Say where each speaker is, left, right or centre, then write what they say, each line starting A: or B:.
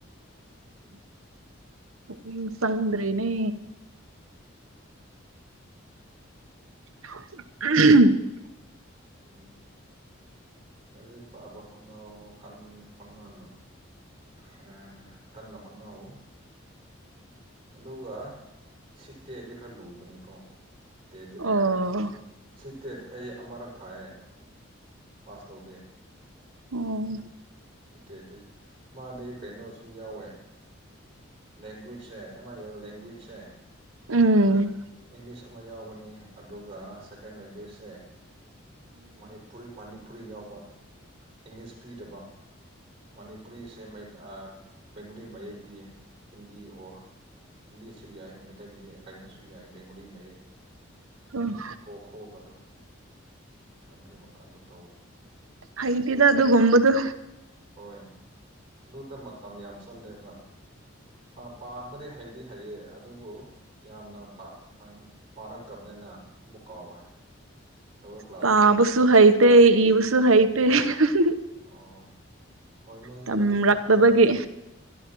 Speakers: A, on the right; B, on the right.
A: <inaudible> ꯄꯨꯛꯅꯤꯡ ꯆꯗ꯭ꯔꯦꯅꯦ ꯑꯍꯝ
B: ꯎꯝ ꯂꯥꯢꯔꯤꯛ ꯄꯥꯕ ꯍꯣꯠꯅꯧꯋꯣ ꯀꯟ ꯍꯣꯠꯅꯅ ꯍꯥ ꯀꯟꯅ ꯍꯣꯠꯅꯧꯋꯣ ꯑꯗꯨꯒ ꯁꯤ ꯇꯦꯠꯗꯤ ꯈꯔ ꯂꯨꯕꯅꯦꯀꯣ ꯇꯦꯗꯤ ꯂꯥꯏꯕꯅꯦ
A: ꯑꯣ
B: ꯁꯤꯠꯇꯦꯠ ꯑꯩ ꯑꯃꯔꯛ ꯊꯥꯢꯌꯦ ꯄꯥꯁ ꯇꯧꯗꯦ
A: ꯑꯣ
B: ꯁꯤ ꯇꯦꯠꯗꯤ ꯃꯥꯗꯤ ꯀꯩꯅꯣꯁꯨ ꯌꯥꯎꯋꯦ ꯂꯦꯡꯒ꯭ꯋꯦꯖꯁꯦ ꯑꯦꯝ ꯑꯥꯏ ꯑꯦꯜ ꯂꯦꯡꯒ꯭ꯋꯦꯖꯁꯦ
A: ꯎꯝ
B: ꯏꯂꯤꯁ ꯑꯃ ꯌꯥꯎꯕꯅꯦ ꯑꯗꯨꯒ ꯁꯦꯀꯦꯟ ꯂꯦꯡꯒ꯭ꯋꯦꯁꯁꯦ ꯃꯅꯤꯄꯨꯔꯤ ꯃꯅꯤꯄꯨꯔꯤ ꯌꯥꯎꯕ ꯏꯪꯂꯤꯁ ꯄꯤꯗꯕ ꯃꯅꯤꯄꯨꯔꯤꯁꯦ ꯃꯩꯠ ꯑꯥ ꯕꯦꯡꯒꯣꯂꯤ ꯃꯌꯦꯛ ꯄꯤꯌꯦ ꯍꯤꯟꯗꯤ ꯑꯣꯔ ꯏꯪꯂꯤꯁꯁꯨ ꯌꯥꯏꯌꯦ ꯃꯩꯇꯩ ꯃꯌꯦꯛ ꯀꯩꯅꯣꯁꯨ ꯌꯥꯏꯌꯦ ꯕꯦꯡꯒꯣꯂꯤ ꯃꯌꯦꯛ
A: ꯎꯝ
B: ꯀꯣ ꯈꯣꯒꯗꯨ ꯑꯗꯨ ꯑꯗꯨ ꯇꯧꯋꯦ
A: ꯍꯩꯇꯦꯗ
B: ꯑꯗꯨ ꯂꯥꯛꯄꯅꯤꯅ
A: ꯑꯗꯨꯒꯨꯝꯕꯗꯣ
B: ꯍꯣꯏ ꯑꯗꯨꯗ ꯃꯇꯝ ꯌꯥꯝ ꯆꯠꯂꯦꯕ ꯑꯥ ꯄꯥꯕꯗꯤ ꯍꯩꯗꯤ ꯍꯩꯌꯦ ꯑꯗꯨꯕꯨ ꯌꯥꯝꯅ ꯄꯥ ꯑꯪ ꯄꯥꯔꯛꯇꯕꯅꯤꯅ ꯑꯃꯨꯛ ꯀꯥꯎꯈ꯭ꯔꯦ ꯂꯧꯔ ꯀ꯭ꯂꯥꯁꯇ
A: ꯄꯥꯕꯁꯨ
B: ꯀ꯭ꯂꯥꯁ ꯑꯩꯠ ꯐꯥꯎ
A: ꯍꯩꯇꯦ ꯏꯕꯁꯨ ꯍꯩꯇꯦ ꯍꯦꯍꯦꯍꯦꯍꯨꯝ
B: ꯑꯣ ꯍꯣꯏ ꯅꯣꯏ
A: ꯇꯝꯔꯛꯇꯕꯒꯤ
B: ꯅꯣꯏꯗꯤ ꯈꯔ ꯑꯉꯥꯡ